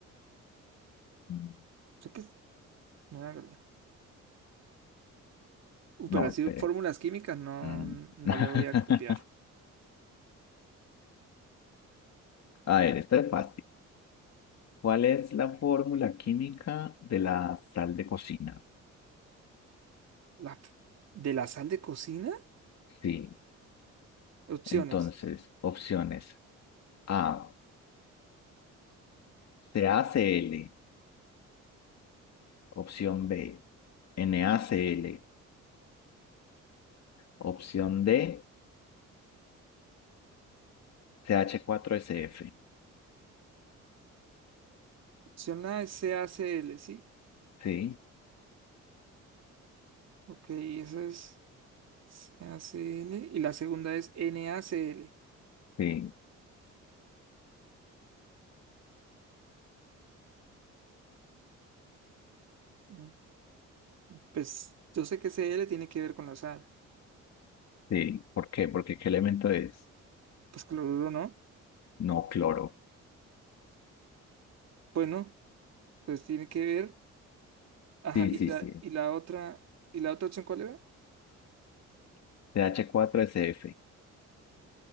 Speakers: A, on the left (about 60°); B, on the right (about 60°).
A: Mm,
B: Sé que es- No, hágale. Uh,
A: No,
B: pero así
A: espere.
B: fórmulas químicas no,
A: Mm.
B: no
A: <laughs>
B: le voy a copiar.
A: A ver, esto es fácil. ¿Cuál es la fórmula química de la sal de cocina?
B: La, f- ¿de la sal de cocina?
A: Sí.
B: Opciones.
A: Entonces, opciones. A, CaCl. Opción B, NaCl. Opción D, c h cuatro s f
B: Opción A es C A C l ¿sí?
A: Sí,
B: Ok, esa es c c a C l Y la segunda es n a NaCl.
A: sí.
B: Mm, Pues yo sé que c l tiene que ver con la sal.
A: Sí, ¿por qué? Porque ¿qué elemento es?
B: Pues cloruro, ¿no?
A: No, cloro.
B: Bueno, pues tiene que ver. Ajá,
A: Sí,
B: y
A: sí,
B: la,
A: sí.
B: y la otra, ¿y la otra opción cuál era?
A: C H cuatro S F.